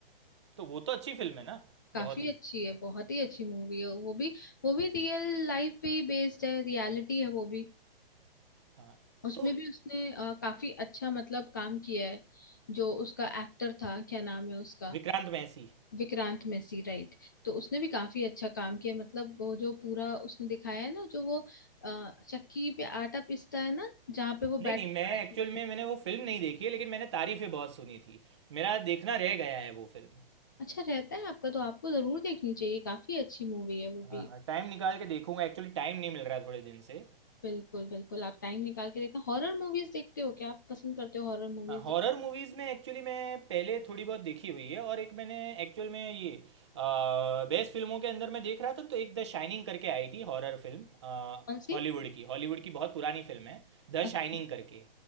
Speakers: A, on the right (about 30°); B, on the left (about 20°).
A: तो वो तो अच्छी फिल्म है ना
B: काफी
A: बहुत ही
B: अच्छी है बहुत ही अच्छी मूवी है वो भी वो भी रियल लाइफ पे ही बेस्ड है रियलिटी है वो भी
A: हाँ
B: उसमें
A: तो
B: भी उसने अ, काफी अच्छा मतलब काम किया है जो उसका एक्टर था क्या नाम है उसका
A: विक्रांत मैसी
B: विक्रांत मैसी राइट तो उसने भी काफी अच्छा काम किया मतलब वो जो पूरा उसने दिखाया है ना जो वो अ, चक्की पे आटा पीसता है ना जहाँ पे वो
A: नहीं
B: बैठ
A: नहीं
B: के
A: मैं
B: पढ़ाई
A: एक्चुअल
B: करता है।
A: में मैंने वो फिल्म नहीं देखी है लेकिन मैंने तारीफें बहुत सुनी थी मेरा देखना रह गया है वो फिल्म
B: अच्छा रहता है आपका तो आपको जरूर देखनी चाहिए काफी अच्छी मूवी है वो
A: हाँ
B: भी
A: हाँ टाइम निकाल के देखूंगा एक्चुअली टाइम नहीं मिल रहा है थोड़े दिन से
B: बिल्कुल बिल्कुल आप टाइम निकाल के देखना हॉरर मूवीज देखते हो क्या आप पसंद करते हो हॉरर मूवीज
A: हाँ हॉरर मूवीज़ में एक्चुअली मैं पहले थोड़ी बहुत देखी हुई है और एक मैंने एक्चुअल में ये बेस्ट फिल्मों के अंदर मैं देख रहा था तो एक द शाइनिंग करके आई थी हॉरर फिल्म
B: कौन सी
A: हॉलीवुड की हॉलीवुड की बहुत पुरानी फिल्म है द
B: अच्छ-
A: शाइनिंग करके